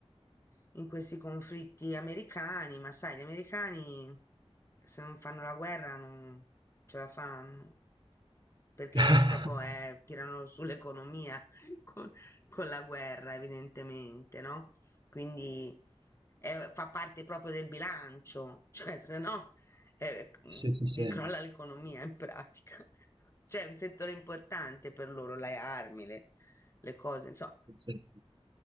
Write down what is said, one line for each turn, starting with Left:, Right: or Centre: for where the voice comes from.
Left: in questi conflitti americani, ma sai, gli americani se non fanno la guerra non ce la fanno, perché
Right: <laughs>
Left: proprio eh, tirano sull'economia <laughs> con, con la guerra, evidentemente, no? Quindi eh, fa parte proprio del bilancio, <laughs> cioè se no eh, mm,
Right: Sì, sì, sì.
Left: gli crolla l'economia in pratica. <laughs> Cioè è un settore importante per loro, le armi, le, le cose, insomma,
Right: Sì, sì.